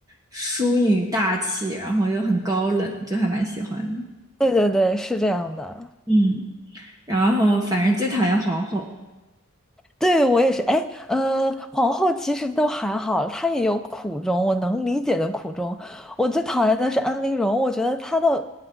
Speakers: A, on the right; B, in the centre.
A: 淑女大气，然后又很高冷，就还蛮喜欢的。
B: 对对对，是这样的。
A: 嗯，然后反正最讨厌皇后。
B: 对，我也是。哎，呃，皇后其实都还好，她也有苦衷，我能理解的苦衷。我最讨厌的是安陵容，我觉得她的